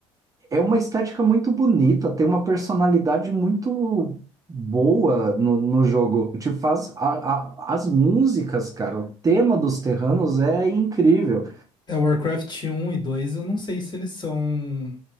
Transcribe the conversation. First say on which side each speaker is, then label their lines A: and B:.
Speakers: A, on the right; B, on the left.
A: é uma estética muito bonita, tem uma personalidade muito boa no, no jogo. Te faz a- a- as músicas, cara. O tema dos Terranos é incrível.
B: É, o Warcraft um e dois. eu não sei se eles são.